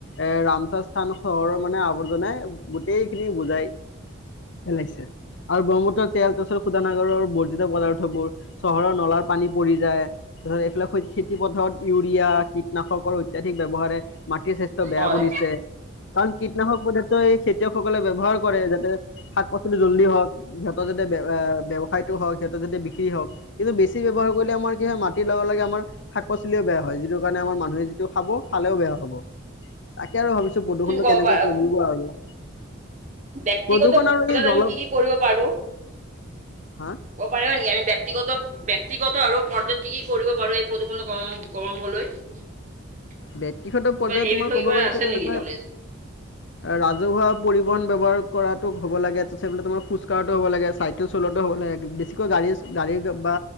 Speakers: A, on the left; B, on the right.
A: এ, ৰামচস্থান চহৰৰ মানে আৱৰ্জনাই গোটেই খিনি বুজাই পেলাইছে, আৰু ব্ৰহ্মপুত্ৰত তেল <unintelligible> শুধানাগৰৰ বৰ্জিত পদাৰ্থবোৰ চহৰৰ নলাৰ পানী পৰি যায়। তাৰ পাছত <unintelligible> খেতিপথাৰত ইউৰিয়া, কীটনাশকৰ অত্যাধিক ব্যৱহাৰে মাট কি, স্বাস্থ্য বেয়া
B: হয়
A: কৰিছে। কাৰণ কীটনাশক পদাৰ্থই খেতিয়কসকলে ব্যৱহাৰ কৰে, যাতে শাক পাচলি জল্দি হওঁক <unintelligible> সিহঁত যাতে বে আ, ব্যৱসায়টো হওঁক, সিহঁতৰ যাতে বিক্ৰী হওঁক। কিন্তু বেছি ব্যৱহাৰ কৰিলে আমাৰ কি হয়, মাটিৰ লগে, লগে আমাৰ শাক-পাচলিও বেয়া হয়, যিটো কাৰণে আমাৰ মানুহে যিটো খাব, খালেও বেয়া হ'ব। তাকে আৰু ভাবিছো প্ৰদূষণটো
B: তুমি ক'ব
A: কেনেকে
B: পাৰা
A: কমিব আৰু
B: ব্যক্তিগত
A: প্ৰদূষণ আৰু
B: <unintelligible>
A: এই জল
B: আমি কি কি কৰিব পাৰো।
A: হা
B: ক'ব পাৰিবা নেকি, আমি ব্যক্তিগত ব্যক্তিগত আৰু পৰ্যত কি, কি কৰিব পাৰো এই প্ৰদূষণ কম কমাবলৈ। তোমাৰ
A: ব্যক্তিগত পৰ্যায়ত
B: সেই
A: তোমাৰ
B: বিষয়ে
A: ক'ব
B: কিবা
A: গ'লেতো
B: আছে
A: তেনেকৈ
B: নেকি ন'লেজ।
A: ৰাজহুৱা পৰিবহন ব্যৱহাৰ কৰাটো হ'ব লাগে, তাৰচত বুলে তোমাৰ খোজ কাঢ়াটো হ'ব লাগে, চাই কেল চলোৱাটো হ'ব লাগে, বেছিকৈ গাড়ী, গাড়ী বা